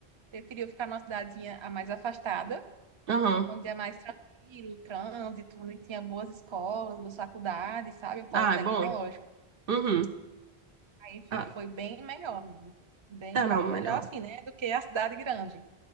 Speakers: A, on the right (about 30°); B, on the right (about 60°).
A: preferiu ficar numa cidadezinha a mais afastada,
B: Uhum.
A: onde é mais tranquilo, o trânsito, onde tinha boas escolas, boas faculdades, sabe? O polo
B: Ah,
A: tecnológico.
B: é bom. Uhum.
A: Aí fi-
B: Ah,
A: foi bem melhor, menina. Bem,
B: é,
A: ca-
B: não, melhor.
A: melhor assim, né? Do que a cidade grande.